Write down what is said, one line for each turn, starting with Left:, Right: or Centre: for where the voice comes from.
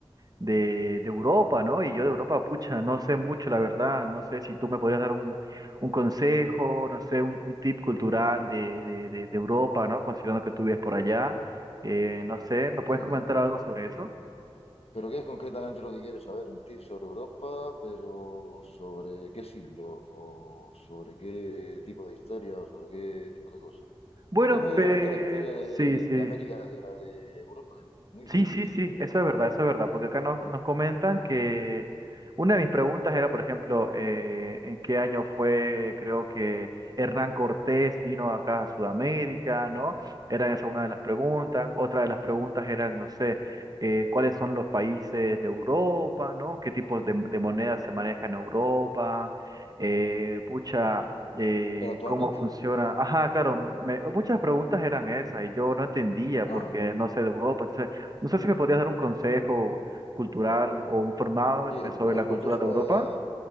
Right: de, de Europa, ¿no? Y yo de Europa, pucha, no sé mucho, la verdad, no sé si tú me podías dar un, un consejo, no sé, un, un tip cultural de, de, de, de Europa, ¿no? Considerando que tú vives por allá, Eh, no sé, ¿me puedes
Left: Sí.
Right: comentar algo sobre eso?
Left: ¿Pero qué es concretamente lo que quieres saber? ¿Un tip sobre Europa, pero sobre qué siglo o sobre qué tipo de historia o sobre qué tipo de cosas?
Right: Bueno,
Left: Es muy
Right: ve-
Left: diferente la historia de,
Right: sí, sí.
Left: de América que la de Europa, ¿eh? Muy diferente.
Right: Sí, sí, sí, eso es verdad, eso es verdad, porque acá nos, nos comentan que una de mis preguntas era, por ejemplo, eh, en qué año fue, creo que Hernán Cortés vino acá a Sudamérica, ¿no? Era esa una de las preguntas. Otra de las preguntas eran, no sé, eh, cuáles son los países de Europa, ¿no? ¿Qué tipos de, de monedas se manejan en Europa? Eh, pucha, eh,
Left: Pero actualmente,
Right: cómo funciona. Ajá, claro, me- muchas preguntas eran esas y yo no entendía porque
Left: ah,
Right: no sé de Europa. Entonces, no sé si me podrías dar un consejo cultural o informarme
Left: sí, el,
Right: sobre
Left: co-
Right: la
Left: el
Right: cultura
Left: consejo
Right: de Europa.
Left: es-